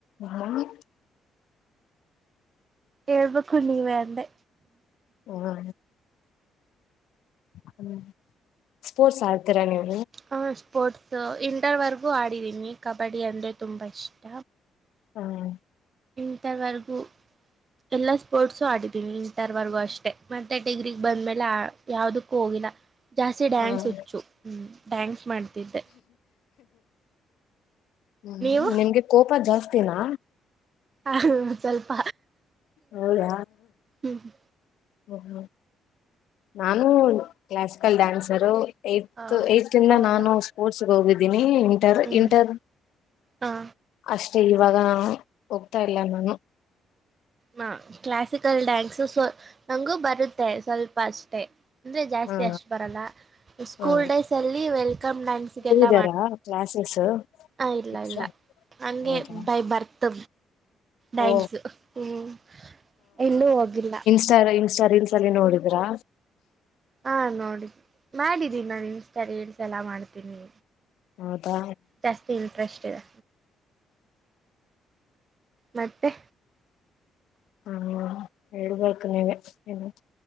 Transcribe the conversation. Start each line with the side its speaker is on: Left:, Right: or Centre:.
Left: ಹ್ಮ
Right: ಹೇಳ್ಬೇಕು ನೀವೇ ಅಂದೆ
Left: ಹಾ ಹ್ಮ್ ಸ್ಪೋರ್ಟ್ಸ್ ಹಳ್ತೀರಾ ನೀವ
Right: ಹ ಸ್ಪೋರ್ಟ್ಸು ಇಂಟರ್ವರೆಗೂ ಆಡಿದ್ದೀನಿ ಕಬಡ್ಡಿ ಅಂದರೆ ತುಂಬ ಇಷ್ಟ
Left: ಹ್ಮ್
Right: ವಿಂಟರ್ ವರೆಗೂ ಎಲ್ಲಾ ಸ್ಪೋರ್ಟ್ಸು ಆಡಿದೀನಿ ವಿಂಟರ್ ವರೆಗೂ ಅಷ್ಟೆ ಮತ್ತೆ ಟಡಿಗ್ರಿಗೆಗ್ ಬಂದ್ಮೇಲೆ ಯಾವದಕ್ ಹೋಗಿಲ್ಲ ಜಾಸ್ತಿ ಡ್ಯಾನ್ಸ್
Left: ಹ
Right: ಹಚ್ಚು ಹ ಡ್ಯಾನ್ಸ್ ಮಾಡ್ತಿದ್ದೆ
Left: ಹ್ಮ
Right: ನೀವು
Left: ನಿಮ್ಗೆ ಕೋಪ ಜಾಸ್ತಿನಾ
Right: ಹ ಸ್ವಲ್ಪ
Left: ಹೌದ
Right: ಹ್ಮ್ ಹ್ಮ್
Left: ಹ ಹ ನಾನು ಕ್ಲಾಸಿಕಲ್ ಡ್ಯಾನ್ಸರು ಏತ್
Right: ಹ
Left: ಏಂದ
Right: ಹೌದಾ
Left: ನಾನು ಸ್ಪೋರ್ಟ್ಸ್ಗೆ ಹೋಗಿದ್ದೀನಿ ಇಂಟರ್
Right: ಹ್ಮ್
Left: ಇಂಟರ್
Right: ಹ
Left: ಅಷ್ಟೇ ಇವಾಗ ಹೋಗ್ತಾ ಇಲ್ಲ ನಾನು
Right: ಹಾ ಕ್ಲಾಸಿಕಲ್ ಡ್ಯಾನ್ಸ್ ನಂಗು ಬರುತ್ತೆ ಸ್ವಲ್ಪ ಅಷ್ಟೆ ಅಂದ್ರೆ ಜಾಸ್ತಿ
Left: ಹಾ
Right: ಅಷ್ಟು ಬರಲ್ಲ ಸ್ಕೂಲ್
Left: ಹಾ
Right: ಡೇಸ್ ಅಲ್ಲಿ ವೆಲ್ಕಮ್ ಡ್ಯಾನ್ಸ್ಗೆಲ್ಲ
Left: ಾರ ಕ್ಲಾಸಸ್
Right: ಹ ಇಲ್ಲ
Left: ಎಕ್ಸ್ಟ್ರಾ
Right: ಇಲ್ಲ ಅಂಗೆ
Left: ಹೌದಾ
Right: ಬೈ ಬರ್ತ್ ್ಯಾಂಕ್ಸ್
Left: ಓ
Right: ಹ್ಮ್ ಎಲ್ಲೂ ಹೋಗಿಲ್ಲ
Left: ಇ ಇನ್ಸ್ಟಾ ರೀಲ್ಸ್ ಅಲ್ಲಿ ನೋಡಿದ್ರಾ
Right: ಹಾ ನೋಡಿ ಮಾಡಿದ್ದೀನ ನಾನು ಇನ್ಸ್ ಳ್ಸ ಎಲ್ಲ ಮಾಡ್ತೀನಿ
Left: ಹೌದಾ
Right: ಜಾಸ್ತಿ ಇಂಟ್ರೆಸ್ಟ್ ಇದೆ ಮತ್ತೆ
Left: ಹ ಹಳ್ಬಳ್ಕ ನೀವೆ ಏನು